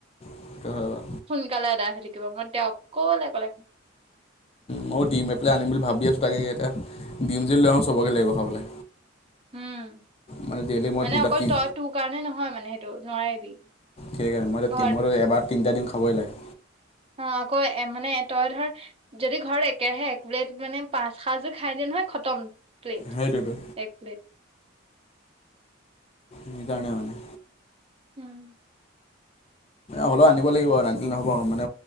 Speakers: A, on the left; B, on the right.
A: সেইটো হয় বাৰু।
B: সোনকালে আদায় হৈ থাকিব মই তেওঁ অকলে অকলে
A: ময়ো ডিম এ পেলাই আনিম বুলি ভাবি আছোঁ তাকে এতিয়া ডিম যদি লৈ আহোঁ চবকে লাগিব খাবলৈ
B: উম,
A: মানে ডেইলি মই
B: মানে
A: দুটা
B: অকল
A: তিন
B: তই তোৰ কাৰণে নহয় মানে সেইটো নোৱাৰিবি
A: ঠিক আছে মই
B: ঘৰত
A: <unintelligible> এবাৰত তিনিটা দিম খাবই লাগে।
B: অ', আকৌ এ মানে তই ধৰ যদি ঘৰত একেৰাহে একুউৰেট মানে পাঁচ সাজ খাই দিয়ে নহয় খতম প্লেট,
A: সেইটোতো
B: এক প্লেট
A: সিকাৰনে মানে
B: উম
A: হ'লেও আনিব লাগিব মানে নহ'ব, মানে